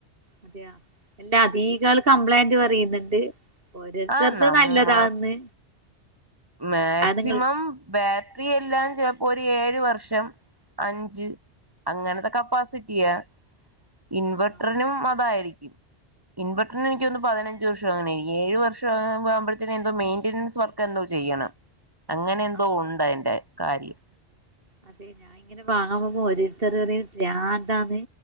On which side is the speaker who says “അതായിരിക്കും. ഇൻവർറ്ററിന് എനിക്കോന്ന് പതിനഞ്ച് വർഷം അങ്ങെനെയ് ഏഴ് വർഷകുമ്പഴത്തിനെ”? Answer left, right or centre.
Right